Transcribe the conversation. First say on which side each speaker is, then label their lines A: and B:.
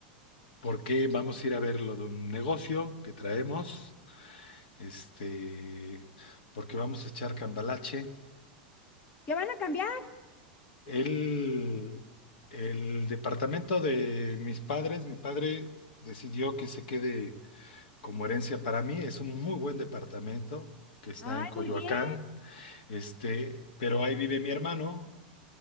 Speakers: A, on the left; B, on the left.
A: porque vamos a ir a ver lo de un negocio que traemos. este, porque vamos a echar cambalache.
B: ¿Qué van a cambiar?
A: El, el departamento de mis padres, mi padre decidió que se quede como herencia para mí, es un muy buen departamento que está
B: Ay,
A: en Coyoacán,
B: muy bien.
A: este, pero ahí vive mi hermano